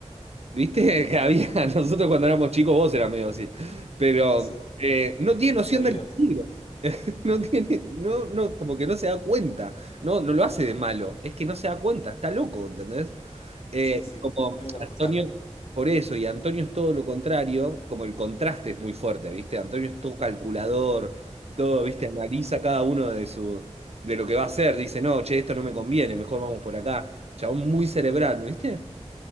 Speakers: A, on the right; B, on the left.
A: ¿Viste? <laughs> Que había, nosotros cuando éramos chicos, vos eras medio así. Pero
B: Sí,
A: eh, no tiene noción
B: peligroso.
A: del peligro. No tiene, no, no, como que no se da cuenta. No, no lo hace de malo. Es que no se da cuenta, está loco, ¿entendés? Eh,
B: Sí, sí,
A: como
B: creo que
A: Antonio,
B: me pasaba lo mismo.
A: por eso, y Antonio es todo lo contrario, como el contraste es muy fuerte, ¿viste? Antonio es todo calculador, todo, ¿viste? Analiza cada uno de su, de lo que va a hacer. Dice, no, che, esto no me conviene, mejor vamos por acá. Chabón muy cerebral, ¿viste?